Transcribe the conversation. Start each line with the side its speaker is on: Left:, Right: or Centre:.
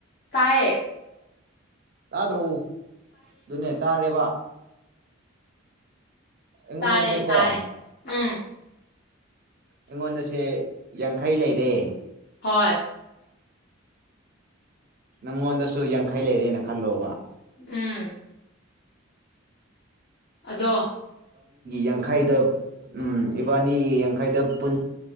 Left: ꯇꯥꯌꯦ
Right: ꯇꯥꯗ꯭ꯔꯣ ꯑꯗꯨꯅꯦ ꯇꯥꯔꯦꯕ ꯑꯩꯉꯣꯟꯗꯁꯦ
Left: ꯇꯥꯌꯦ
Right: ꯀꯣ
Left: ꯇꯥꯌꯦ ꯎꯝ
Right: ꯑꯩꯉꯣꯟꯗꯁꯦ ꯌꯥꯡꯈꯩ ꯂꯩꯔꯦ
Left: ꯍꯣꯏ
Right: ꯅꯪꯉꯣꯟꯗꯁꯨ ꯌꯥꯡꯈꯩ ꯂꯩꯔꯦꯅ ꯈꯜꯂꯣꯕ
Left: ꯎꯝ ꯑꯗꯣ
Right: ꯌꯥꯡꯈꯩꯗ ꯎꯝ ꯏꯕꯥꯅꯤ ꯌꯥꯡꯈꯩꯗ ꯄꯨꯟ